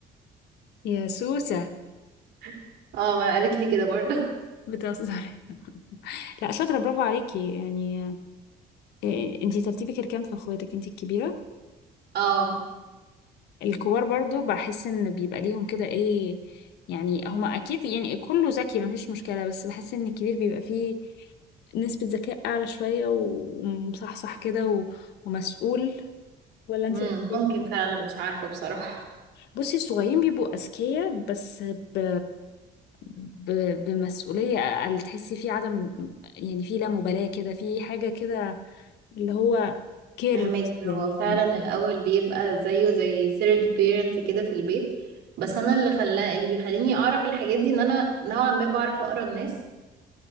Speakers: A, on the left; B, on the right.
A: يا سوسة
B: <laughs> اه ما قالت لي كده برضه
A: بتهزري لا شاطرة برافو عليكي يعني إيه انتي ترتيبك الكام في اخواتك انتي الكبيرة
B: <laughs> اه
A: الكبار برضو بحس ان بيبقى ليهم كده ايه يعني هما اكيد يعني كله ذكي مفيش مشكلة بس بحس ان الكبير بيبقى فيه نسبة ذكاء اعلى شوية و- ومصحصح كده و- ومسؤول ولا انتي
B: مم،
A: رأيك ايه
B: ممكن فعلا مش عارفة بصراحة
A: بصي الصغيرين بيبقوا اذكياء بس ب... ب... بمسؤولية اقل تحسي في عدم يعني في لا مبالاة كده في حاجة كده اللي هو كيرلس
B: فهمك
A: يعني
B: هو فعلا الأول بيبقى زيه زي third parent كده في البيت بس أنا اللي خلاه اللي بيخليني أعرف الحاجات دي إن أنا نوعا ما بعرف أقرأ الناس